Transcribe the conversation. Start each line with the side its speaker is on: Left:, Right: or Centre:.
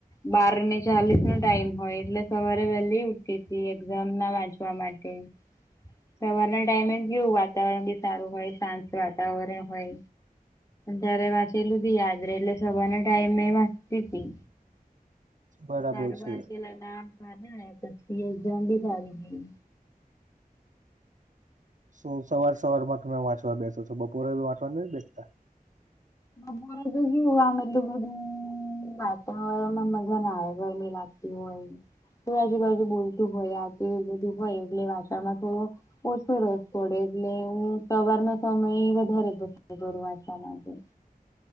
Left: બારને ચાલીસનો ટાઈમ હોય એટલે સવારે વેલી ઉઠતી તી એક્ઝામના વાંચવા માટે સવારના ટાઈમે ગીયુ વાત તાવરણ બી સારું હોય, શાંત વાતાવરણ હોય. ત્યારે વાંચલું બી યાદ રેય એટલે સવારના ટાઈમે વાંચતી તી
Right: બરાબર
Left: સારું
Right: છે
Left: વાચેલાને આમ પાનાએ પછી એકઝામ બી સારી ગેઈ
Right: શું સવાર સવારમાં તમે વાંચવા બેસો છો બપોરે ને‌ એવુ વાંચવા નઈ બેસતા
Left: બપોરે તો કેવુ આમ એટલુ બધું વાતાવરણમાં મજા ના આવે ગરમી લાગતી હોય. કોઈ આજુબાજુ બોલતું હોય આ તે બધું હોય એટલે વાંચવામાં થોડું ઓછો રસ પડે એટલે હુ સવારના સમય વધારે પડે વાંચવા માટે